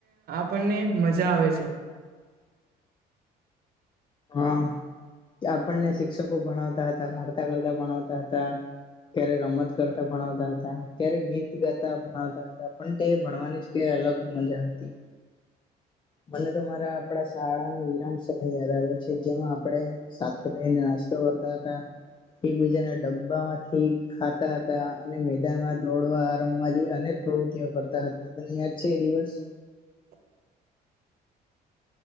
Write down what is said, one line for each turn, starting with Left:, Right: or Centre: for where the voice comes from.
Right: આપણને મજા આવે છે
Left: હા આપણને શિક્ષકો ભણાવતા હતા વાર્તા કરતા ભણાવતા હતા ક્યારે રમત કરતા ભણાવતા હતા ક્યારે ગીત ગાતા ભણાવતા હતા પણ તે ભણવાની જ કે અલગ મજા હતી
Right: <inaudible>
Left: મને તો મારા આપડા શાળાના વિરામ સમય યાદ આવે જેમાં આપણે સાથે બેહીને નાસ્તો કરતા હતા એકબીજાના ડબ્બામાંથી ખાતા હતા અને મેદાનમાં દોડવા રમવા જઈએ અને પ્રવૃત્તિઓ કરતા હતા તને યાદ છે એ દિવસ
Right: <inaudible>